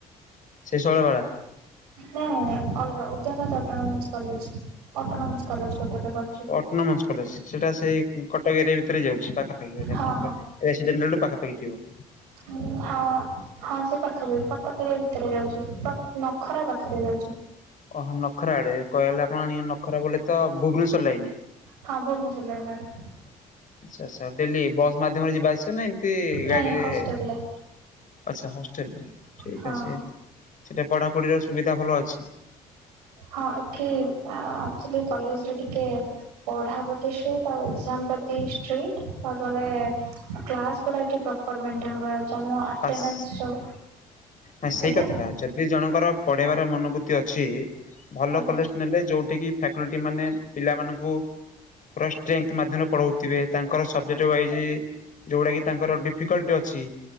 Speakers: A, on the left; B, on the right.
A: ସେ ଶୈଳବାଳା
B: ନାଇଁ ନାଇଁ ନାଇଁ ଅଲଗା ଉଦ୍ୟନାଥ ତଟନୋମିଷ୍କ କଲେଜ ଅଟୋନୋମିକ୍ସ କଲେଜ ଗୋଟା ଟାଙ୍କ।
A: ଅଟନୋମେନ୍ସ କଲେଜ ସେଇଟା ସେଇ କଟକ ଏରିଆ ଭିତରେ ଯାଉଛି ପାଖାପାଖି ବୋଧେ
B: ହଁ
A: ଆପଣଙ୍କର? ରେସିଡେଣ୍ଟଲ ଠୁ ପାଖାପାଖି ଥିବ?
B: ମୁଁ ହଁ ହଁ ସେ ପାଖାପାଖି କଟକ ରେ ଭିତରେ ଯାଉଚି ପ ନଖରା ପାଖେରେ ଜଣେ
A: ଓହୋ ନଖରା ଆଡେ କହିଲେ ଆପଣି ନଖରା ବୋଲେ ତ ଭୁବନେଶ୍ୱର ଲାଇନ୍।
B: ହଁ ଭୁବନେଶ୍ୱର ଲାଇନ ଆଡେ।
A: ଆଛା ଆଛା ଡେଲି ବସ୍ ମାଧ୍ୟମରେ ଯିବା ଆସିବା ନା ଏମତି
B: ନାଇଁ
A: ଗାଡିରେ
B: ହଷ୍ଟେଲରେ
A: ଆଛା ହଷ୍ଟେଲ ଠିକ
B: ହଁ
A: ଅଛି ସେଟା ପଢାପଢିର ସୁବିଧା ଭଲ ଅଛି
B: ହଁ ଏଠି ଆ ଅକ୍ଚୋଲି କଲେଜରେ ଟିକେ ପଢା ପ୍ରତି ଷ୍ଟ୍ରିଟ୍ ତା ପରେ ଏକଜାମ ପ୍ରତି ଷ୍ଟ୍ରିଟ୍ ତାପରେ କ୍ଲାସ ଗୁଡ଼ା ଏଠି ପ୍ରପର ମେଣ୍ଟେନ କରା ଯାଉଚି ଆମ ଅଟେନାଂଶ
A: ପାସ୍
B: ସବୁ
A: ନା ସେଇ
B: ଆଜ୍ଞା
A: କଥା ଟା ଯଦି ଜଣଙ୍କର ପଢେଇବାର ମନୋବୃତ୍ତି ଅଛି ଭଲ
B: ଆଜ୍ଞା
A: କଲେ ନେଲେ ଯୋଉଠି କିି ଫ୍ଲାକୋଟି ମାନେ ପିଲାମାନୁକୁ ପୁରା ଷ୍ଟ୍ରେନ୍ତ ମାଧ୍ୟାମରେ ପଢଉଥିବେ ତାଙ୍କର ସବଜେକ୍ଟ ୱାଇଜ ଯେଉଡାକି ତାଙ୍କର ଡିଫିକଲ୍ଟି ଅଛି।